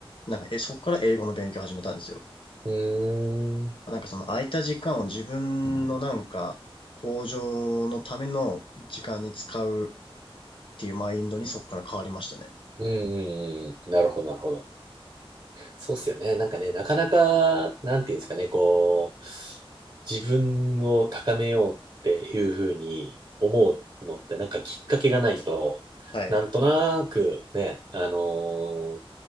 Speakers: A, on the left; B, on the right.
A: なんかえ、そっから英語の勉強を始めたんですよ。
B: うん。うーん。
A: なんかその空いた時間を自分のなんか向上のための時間に使うっていうマインドにそっから変わりましたね。
B: うんうんうん。なるほどなるほど。そうっすよね。なんかね、なかなか、なんていうんですかね、こう、自分を高めようっていうふうに思うのって、なんかきっかけがないと、
A: はい。
B: なんとなくね、あのー